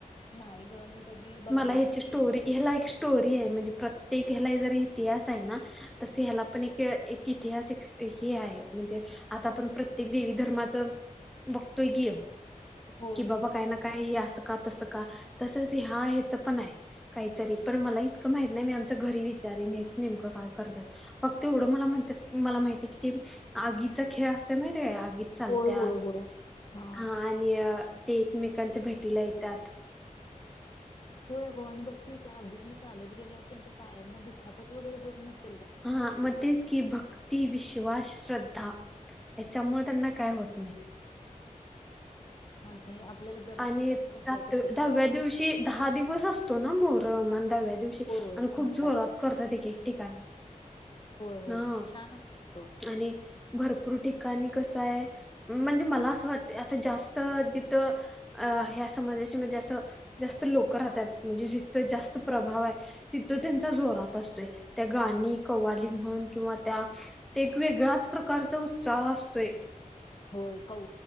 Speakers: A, on the left (about 35°); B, in the centre.
A: नाई ग- कधी बघायला
B: मला ह्याची
A: पण
B: स्टोरी
A: गेले
B: ह्याला एक स्टोरी आहे, म्हणजे प्र- ते ह्याला जर इतिहास आहे ना, तस ह्याला पण एक इतिहास हे आहे, म्हणजे- आता आपण प्रत्येक देवी धर्माच बघतोय की-
A: होय
B: कि बाबा काय ना काय हे असं का, तसं का, तसच हा ह्याच पण हाय. काहीतरी पण मला इतकं माहित नाही, मी आमच घरी विचारीन हेच नेमकं काय करतात फक्त एवढं मला- मला माहि क ते आगीचा खेळ असतोय माहिताय का? चालत्यात
A: होय होय होय हा
B: आणि हा- ते एकमेकांच्या भेटीला येतात.
A: होय अ ग! बघकी आगीतन चालत गेल्यावर त्यांच्या पायांना दुखापत वगैरे होत नसते.
B: हा म तेच की भक्ती, विषय- विश्वास, श्रद्धा, याच्यामुळे त्यांना काय होत नाही.
A: आणि आपल्याला जरासं
B: आणि
A: चटक बसल्यागत
B: स
A: होतंय
B: दहाव्या दिवशी, दहा दिवस असतो ना मोहरम. दहाव्या दिवशी
A: होय
B: आणि खूप
A: म्हणतात
B: जोरात
A: ते
B: करतात एक-एक ठिकाणी.
A: होय होय
B: हा
A: छान वाटतं.
B: आणि भरपूर ठीक- कानी कसं हाय, म्हणजे मला असं वाटत आता जास्त जिथ- अ ह्या समाजाचे म्हणजे, असं जास्त लोक राहतात, म्हणजे जिथं जास्त प्रभाव हाय- तिथं त्यांचा जोरात असतो. त्या गाणी कवाली म्हण किंवा त्या वेगळ्याच प्रकारचा उत्साह असत- तोय.
A: होय कौ-